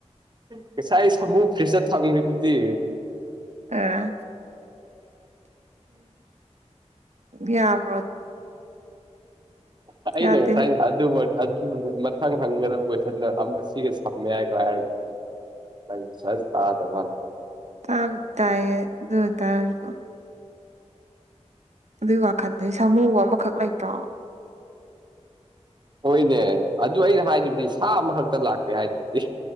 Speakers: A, on the right; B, on the right.
A: ꯉꯁꯥꯏ ꯁꯃꯨ ꯐ꯭ꯔꯤꯁꯇ ꯊꯝꯈꯤꯗꯨꯗꯤ
B: ꯑꯥ ꯌꯥꯝ
A: ꯑꯩꯅ
B: ꯌꯥꯗꯦ
A: ꯉꯁꯥꯏ ꯑꯗꯨ ꯑꯗꯨꯒ ꯃꯊꯪ ꯍꯪꯒꯗꯕ ꯀꯣꯏꯁꯟꯗ ꯑꯁꯤꯒ ꯁꯝꯃꯦ ꯍꯥꯏꯔꯒ ꯍꯥꯏꯔꯒ ꯅꯪ ꯐꯖꯅ ꯇꯥꯗ ꯃꯥꯜꯂꯦ
B: ꯇꯥꯕꯨꯗꯤ ꯇꯥꯏꯌꯦ ꯑꯗꯨ ꯑꫭꯏ ꯇꯥꯔꯁꯨ ꯑꯗꯨꯏ ꯋꯥꯈꯟꯗꯗꯤ ꯁꯥꯃꯨꯕꯨ ꯑꯃꯈꯛ ꯂꯩꯕ꯭ꯔꯣ
A: ꯍꯣꯏꯅꯦ ꯑꯗꯨ ꯑꯩꯅ ꯍꯥꯏꯗꯨꯗꯤ ꯁꯥ ꯑꯃꯈꯛꯇ ꯂꯥꯛꯇꯦ ꯍꯥꯏꯗꯨꯗꯤ